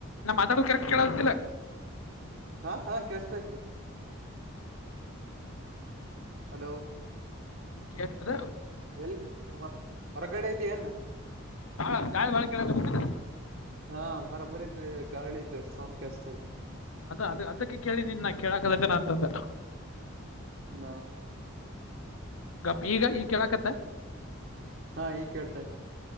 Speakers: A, on the left; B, on the right.
A: ನಮ್ಮ ಮಾತಾಡದು ಕರೆಕ್ಟ್ ಕೇಳತ್ತಿಲ್ಲ
B: ಹಾ ಹಾ ಕೇಳಸ್ತೈತೆ ಹಲೋ
A: ಕೇದ
B: ಎಲ್ ಹೊರಗಡೆ ಇದೆಯೇನ್
A: <unintelligible> ಗಾಳಿ ಬಾಳ ಕೇಳಾಕತ್ತಾದ
B: ಹಾ ಬರೋಬರಿ ಗಾಳಿ ಇದು ಸೌಂಡ್ ಕೇಳ್ಸ್ತಾ ಆಯ್ತ್
A: ಅದ ಅದ ಅದಕ್ಕೆ ಕೇಳಿ ನಿನ್ನ ಕೇಳಕಲ್ಲ ಜನ ಅಂತಂದ
B: ನ
A: ಗಪ್ ಈಗ ಈ ಕೇಳಕತ್ತ
B: ಹಾ ಈಗ್ ಕೇಳ್ತಾಯ